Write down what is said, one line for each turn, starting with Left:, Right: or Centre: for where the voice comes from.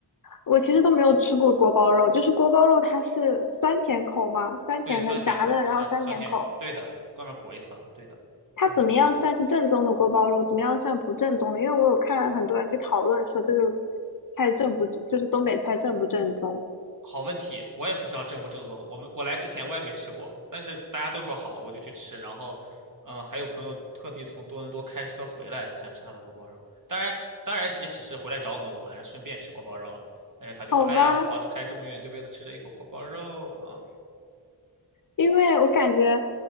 Left: 我其实都没有吃过锅包肉，就是锅包肉它是酸甜口嘛，酸甜的炸的，
Right: 对，酸甜口儿酸酸甜口儿对的，
Left: 然后酸甜口。
Right: 外面裹一层，对的，
Left: 它怎么样算是正宗的锅包肉，
Right: 就是那个东西。
Left: 怎么样算不正宗的？因为我有看很多人去讨论说这个菜正不，就是东北菜正不正宗？
Right: 好问题，我也不知道正不正宗。我们我来之前我也没吃过，但是大家都说好，我就去吃。然后，嗯、还有朋友特地从多伦多开车回来，想吃他的锅包肉。当然，当然也只是回来找我们玩，顺便吃锅包肉啊。但是他就说：
Left: 好吧，
Right: “哎呀，我跑着开这么远，就为了吃这一口锅包肉啊。”
Left: 因为我感觉